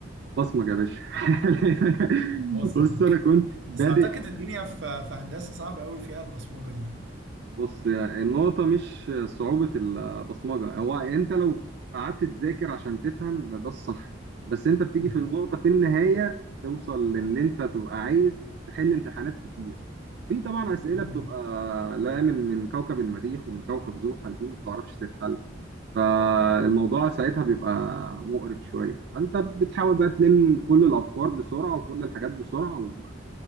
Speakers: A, on the right (about 60°); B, on the right (about 85°).
A: بصمج يا باشا <laughs>
B: بصمك
A: بص انا كنت بادئ
B: بس اعتقد الدنيا في في هندسة صعبة قوي فيها البصمجة دي
A: بص النقطة مش صعوبة البصمجة هو أنت لو قعدت تذاكر عشان تفهم ده ده الصح بس أنت بتيجي
B: مم.
A: في النقطة في النهاية توصل لأن أنت تبقى عايز تحل امتحانات كتير في طبعا أسئلة
B: مم.
A: بتبقى لا من من كوكب المريخ ومن كوكب زحل دي ما بتعرفش تتحل فالموضوع ساعتها بيبقى مقرف شوية فأنت بتحاول بقى تلم كل الأفكار بسرعة وكل الحاجات بسرعة و...